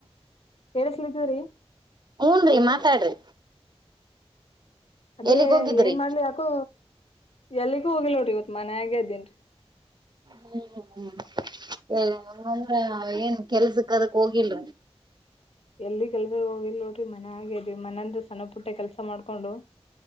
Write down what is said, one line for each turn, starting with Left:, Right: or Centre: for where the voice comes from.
Left: ಕೇಳಿಸಲಿದವ್ರೀ
Right: ಹೂನ್ ರಿ ಮಾತಾಡ್ರಿ
Left: ಅದೇ
Right: ಎಲ್ಲಿಗ್ ಹೋಗಿದ್ರಿ
Left: ಏನ್ ಮಾಡ್ಲಿ ಯಾಕೋ ಎಲ್ಲಿಗೂ ಹೋಗಿಲೋಡಿ ಇವತ್ ಮನ್ಯ ಆಗೆದನ್ರಿ
Right: ಹ್ಮ್ ಹ್ಮ ಹಂಗಂದ್ರ ಏನ್ ಕೆಲ್ಸಕ್ ಅದಕ್ ಹೋಗಿಲ್ರಿ
Left: ಎಲ್ಲಿ ಕೆಲ್ಸ ಹೋಗಿಲ್ಲ ನೋಡ್ರಿ ಮನೆಗ ಅದೀವಿ ಮನೆಯಿಂದ ಸಣ್ಣ ಪುಟ್ಟ ಕೆಲ್ಸ ಮಾಡ್ಕೊಂಡು